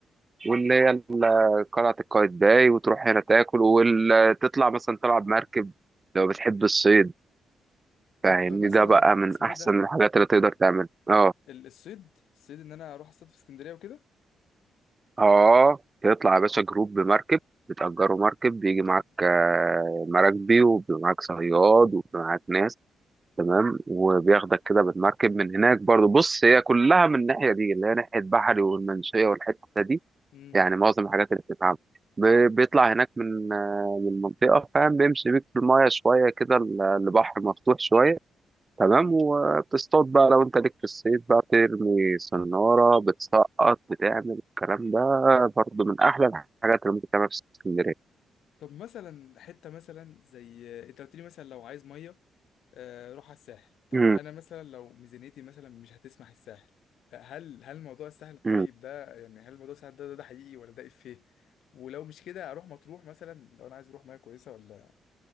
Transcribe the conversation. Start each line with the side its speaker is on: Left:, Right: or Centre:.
Right: واللي هي ال- قلعة قايتباي وتروح هنا تاكل وتطلع مثلا تلعب مركب لو بتحب الصيد
Left: طب
Right: فاهمني
Left: مثلا
Right: ده بقى من
Left: اسمه
Right: أحسن
Left: إيه ده
Right: الحاجات اللي تقدر تعملها اه
Left: ال- الصيد الصيد ان انا اروح اصطاد في اسكندريه وكده
Right: اه تطلع يا باشا جروب بمركب بتأجروا مركب بيجي معاك آه، مراكبي وبيبقى معاك صياد وبيبقى معاك ناس تمام وبياخدك كده بالمركب من هناك برضو بص هي كلها من الناحية دي اللي هي ناحية بحري والمنشية والحتة دي
Left: امم
Right: يعني معظم الحاجات اللي بتتعمل ب- بيطلع هناك من آه، من المنطقة فاهم بيمشي بيك في المايه شوية كده ال- البحر مفتوح شوية تمام
Left: امم
Right: وبتصطاد بقى لو انت ليك في الصيد بقى ترمي صنارة بتسقط بتعمل الكلام ده برضه من أحلى الحاجات اللي ممكن تعملها في اسكندرية
Left: طب مثلا حته مثلا زي انت قلت لي مثلا لو عايز ميه آه، روح على الساحل طب
Right: مم،
Left: انا مثلا لو ميزانيتي مثلا مش هتسمح الساحل هل هل موضوع الساحل الطيب
Right: مم،
Left: ده يعني هل موضوع الساحل ده ده, ده حقيقي ولا ده افيه ولو مش كده اروح مطروح مثلا لو انا عايز اروح ميه كويسه ولا